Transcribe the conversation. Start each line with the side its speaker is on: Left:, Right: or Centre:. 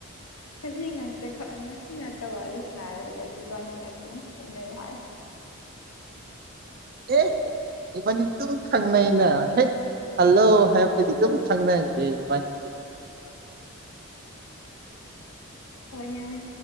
Left: ꯉꯁꯤ ꯉꯇ ꯉꯁꯤ ꯉꯥꯛꯇ ꯋꯥꯔꯤ ꯁꯅꯔꯒ ꯏꯕꯥꯅꯤ ꯑꯗꯨꯝ ꯈꯪꯅꯩ ꯍꯥꯏ
Right: ꯑꯦ ꯏꯕꯥꯅꯤ ꯑꯗꯨꯝ ꯈꯪꯅꯩꯅ ꯍꯦꯛ ꯍꯜꯂꯣ ꯍꯥꯏꯕꯗꯒꯤ ꯑꯗꯨꯝ ꯈꯪꯅꯔꯦ ꯏꯕꯥꯅꯤ
Left: ꯍꯣꯏ ꯍꯣꯏ